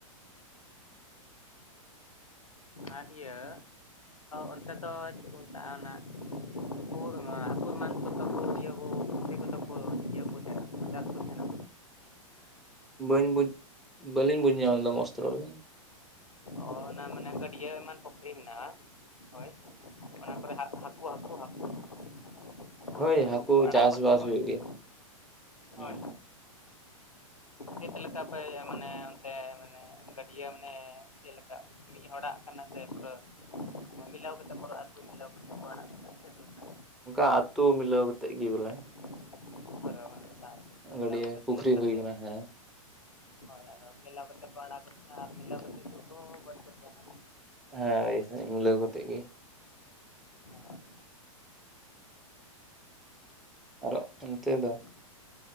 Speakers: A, on the left; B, in the centre.
A: ᱟᱨ ᱤᱭᱟᱹ ᱚᱱᱛᱮ ᱫᱚ ᱪᱮᱫ ᱠᱚ ᱢᱮᱛᱟᱜᱼᱟ ᱚᱱᱟ, <unintelligible> ᱦᱟᱹᱠᱩ ᱨᱮᱱᱟᱜ <unintelligible> ᱤᱭᱟᱹ ᱠᱚ ᱛᱟᱦᱮᱱᱟ ᱪᱟᱥ ᱠᱚ ᱛᱟᱦᱮᱱᱟ
B: ᱵᱟᱹᱧ ᱵᱩᱡᱽ ᱵᱟᱹᱞᱤᱧ ᱵᱩᱡᱽ ᱧᱟᱢ ᱞᱮᱫᱟ ᱢᱚᱥ ᱛᱮ ᱨᱚᱲ ᱵᱮᱱ᱾
A: ᱚ ᱚᱱᱟ ᱢᱟᱱᱮ ᱜᱟᱹᱰᱭᱟᱹ ᱮᱢᱟᱱ ᱯᱩᱠᱷᱨᱤ ᱢᱮᱱᱟᱜᱼᱟ ᱦᱳᱭ, ᱚᱱᱟ ᱠᱚᱨᱮ ᱦᱟᱜ ᱦᱟᱹᱠᱩ ᱦᱟᱹᱠᱩ ᱦᱟᱹᱠᱩ, ᱦᱟᱹᱠᱩ,
B: ᱦᱳᱭ
A: ᱦᱟᱹᱠᱩ ᱠᱚᱠᱚ ᱟᱲᱟᱜ
B: ᱪᱟᱥᱵᱟᱥ
A: ᱜᱚᱫ ᱦᱳᱭ,
B: ᱦᱩᱭᱩᱜ
A: ᱦᱳᱭ
B: ᱜᱮᱭᱟ ᱦᱩᱸ
A: ᱦᱳᱭ᱾ ᱪᱮᱫ ᱞᱮᱠᱟ ᱯᱮ ᱢᱟᱱᱮ ᱚᱱᱛᱮ ᱢᱟᱱᱮ ᱜᱟᱹᱰᱭᱟᱹ ᱢᱟᱱᱮ, ᱪᱮᱫ ᱞᱮᱠᱟ ᱢᱤᱫ ᱦᱚᱲᱟᱜ ᱠᱟᱱᱟ ᱥᱮ ᱯᱩᱨᱟᱹ᱾ ᱢᱟᱱᱮ ᱢᱤᱞᱟᱣ ᱠᱟᱛᱮᱫ ᱯᱩᱨᱟ ᱟᱹᱛᱩ ᱢᱤᱞᱟᱣ ᱠᱟᱛᱮᱫ ᱠᱚ ᱟᱲᱟᱜ ᱠᱚᱣᱟ ᱪᱮᱫ ᱞᱮᱠᱟ?
B: ᱚᱱᱠᱟ ᱟᱹᱛᱩ ᱢᱤᱞᱟᱹᱣ ᱠᱟᱛᱮᱫ ᱜᱮ ᱵᱚᱞᱮ᱾
A: <unintelligible> <unintelligible> ᱢᱮᱞᱟᱣ ᱠᱟᱛᱮ ᱛᱟᱦᱚᱞᱮ
B: ᱜᱟᱹᱰᱭᱟᱹ ᱯᱩᱠᱷᱨᱤ
A: ᱥᱮᱞᱮᱫ ᱠᱟᱛᱮᱫ᱾
B: ᱦᱩᱭ ᱠᱟᱱᱟ ᱦᱮᱸ
A: ᱦᱳᱭ ᱟᱫᱚ ᱢᱮᱞᱟᱣ ᱠᱟᱛᱮ ᱠᱚ ᱟᱲᱟᱜ ᱠᱚ ᱛᱟᱦᱮᱱᱟ ᱟᱨ ᱢᱤᱞᱟᱣ ᱠᱟᱛᱮ ᱜᱮᱠᱚ ᱜᱚᱡ ᱠᱚ ᱛᱟᱦᱮᱱᱟ᱾
B: ᱦᱟᱸᱭ ᱦᱟᱸᱭ ᱢᱤᱞᱟᱹᱣ ᱠᱟᱛᱮᱫ ᱜᱮ᱾
A: ᱦᱳᱭ
B: ᱟᱨᱚ ᱚᱱᱛᱮ ᱫᱚ
A: ᱟᱹᱰᱤ